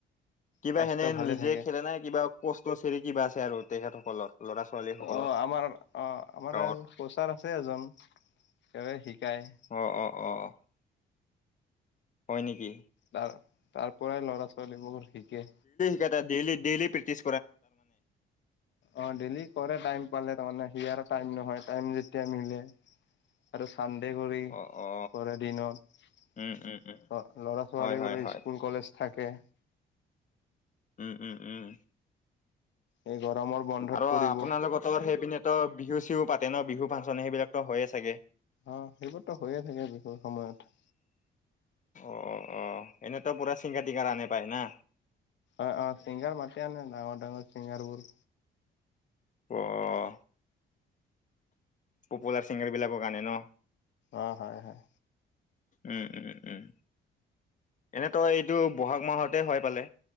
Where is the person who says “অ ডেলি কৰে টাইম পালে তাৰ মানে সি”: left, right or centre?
Left